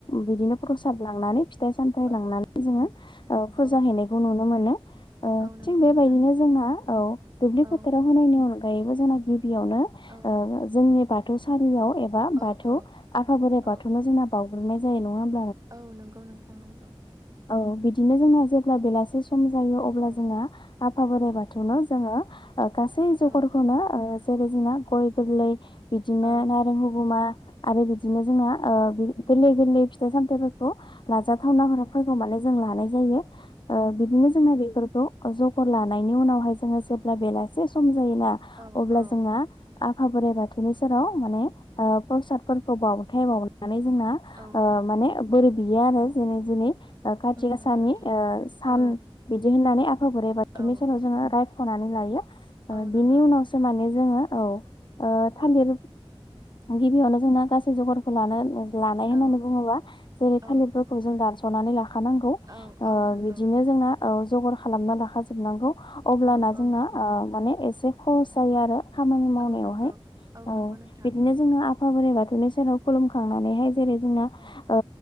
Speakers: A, on the left; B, on the right.
A: बिदिनो प्रसाद लांनानै फिथाइ सामथायाइ
B: औ
A: लांनानै जोंङो ओ फुजा
B: औ
A: हैनायखौ नुनो मोनो। ओ
B: औ नंगौ
A: थिग बेबायदिनो
B: नोंथां
A: जोंना औ दुब्लि
B: औ
A: फोथाराव होनायनि अनगायैबो जोंना गि बेयावनो
B: औ
A: ओ जोंनि बाथौसालियाव एबा
B: औ
A: बाथौ
B: औ
A: आफा बोराइ
B: औ
A: बाथौनो जोंना बावग्रोमनाय जायो नङा होमबा?
B: औ नंगौ नोंथां नंगौ।
A: औ बिदिनो जोंहा जेब्ला बेलासे सम जायो अब्ला
B: औ
A: जोंहा आफा बोराइ
B: औ
A: बाथौनो जोङो ओ गासै जगरखौनो
B: औ
A: जेरै जोंना गय गोरलै बिदिनो
B: औ
A: नारें हगुमा आरो बिदिनो जोंना ओ गोरलै गोरलै फिथाइ सामथाय खौ लाजाथावनाफोरखौ माने जों लानाय जायो बिदिनो जोंना बेफोर खौ जगर लानायनि उनावहाय जोङो जेब्ला बेलासे सम जायोना
B: औ
A: अब्ला
B: औ
A: जोंहा आफा बोराइ बाथौनि सेराव माने ओ प्रसादफोरखौ बावथाय बावनानै जोंना
B: औ औ
A: ओ माने बोरै बियो आरो दिनै दिनै
B: औ
A: ओ काति
B: औ
A: गासानि‌
B: नंगौ नोंथां
A: ओ सान
B: औ
A: बिदि होननानै आ फा बोराइ बाथौनि
B: औ
A: सेराव जोङो रायख'नानै लायो ओ
B: औ
A: बिनि
B: नंगौ
A: उनावसो माने जोङो औ ओ थालिर
B: औ
A: गिबियावनो जोंना गासै जगारखौ लानो लानाय होननानै
B: औ
A: बुङोबा जेरै
B: औ
A: थालिरफोरखौ जों दानस'नानै लाखानांगौ
B: औ
A: ओ
B: औ नंगौ
A: बिदिनो जोंना औ जगार खालामना लााखाजोबनांगौ अब्लाना
B: औ
A: जोंना
B: औ
A: ओ माने एसे खहस जायो आरो खामानि मावनायावहाय
B: औ नंगौ औ
A: ओ
B: नंगौ नोंथां
A: बिदिनो जोङो आ आफा बोराइ बाथौनि सेराव खुलुमखांनानैहाय जेरै जोंना
B: औ
A: ओ